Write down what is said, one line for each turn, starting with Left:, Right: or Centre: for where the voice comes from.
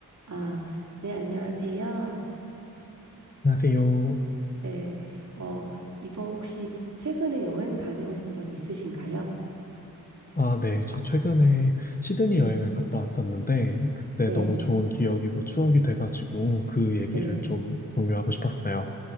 Right: 아, 네, 안녕하세요.
Left: 안녕하세요.
Right: 네, 어, 이번 혹시 최근에 여행 다녀오신 적 있으신가요?
Left: 아, 네. 저 최근에 시드니
Right: 네,
Left: 여행을 갔다 왔었는데, 그때
Right: 네,
Left: 너무 좋은 기억이고 추억이 돼가지고 그 얘기를
Right: 네.
Left: 좀 공유하고 싶었어요.